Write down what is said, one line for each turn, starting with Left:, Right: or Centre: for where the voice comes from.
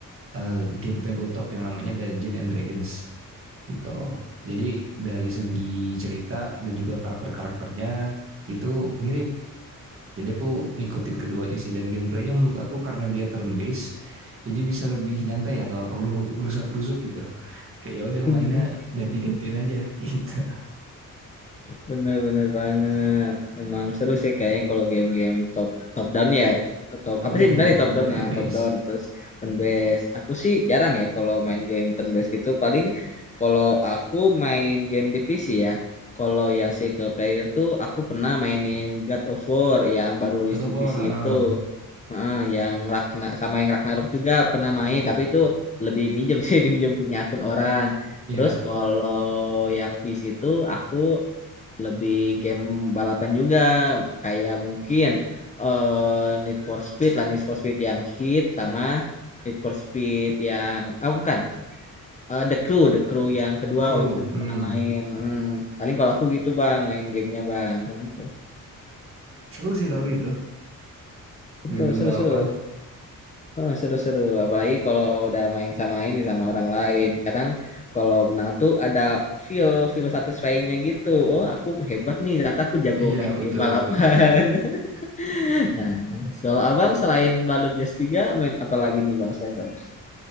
Right: eh, game tabletop yang namanya Dungeon and Dragons gitu. Jadi dari segi cerita dan juga karakter-karakternya itu mirip. Jadi aku ngikutin keduanya sih dan gameplaynya menurut aku karena dia turn based, jadi bisa lebih nyantai ya nggak perlu gerusak-gerusuk gitu. Kayak ya udah mainnya
Left: Hmm.
Right: ganti-gantian aja <laughs> gitu.
Left: Bener-bener banget. Emang seru sih kayaknya kalau game-game top top down ya. Top
Right: Top
Left: apa
Right: down
Left: sih benar
Right: ya,
Left: ya
Right: top
Left: top
Right: down
Left: down
Right: turn
Left: ya,
Right: based.
Left: top down terus turn based. Aku sih jarang ya kalau main game turn based gitu. Paling kalau aku main game di PC ya. Kalau yang single player tuh aku pernah mainin God of War yang baru rilis
Right: God of
Left: di
Right: War,
Left: PC
Right: ah.
Left: itu. Heeh, yang Ragna sama yang Ragnarok juga pernah main, tapi itu lebih minjem sih, <laughs> diminjem punya akun orang.
Right: Iya,
Left: Terus kalau yang PC itu aku lebih game balapan juga kayak mungkin eh, Need for Speed lah Need for Speed yang hit sama Need for Speed yang ah bukan eh, The Crew The Crew yang kedua
Right: The Crew.
Left: waktu itu
Right: Hmm.
Left: pernah main Hmm, paling kalau aku gitu bang main gamenya bang paling aku
Right: Seru sih
Left: Hmm,
Right: tapi itu
Left: betul
Right: game-game
Left: seru-seru
Right: balapan.
Left: Oh, seru-seru apalagi kalau udah main sama ini sama orang lain kadang kalau menang tuh ada feel feel satisfyingnya gitu oh aku hebat nih ternyata aku jago
Right: Iya
Left: main
Right: betul
Left: game balapan
Right: betul.
Left: <laughs> Nah, soal abang selain Baldur's Gate 3 main apa lagi nih bang selain Baldur's?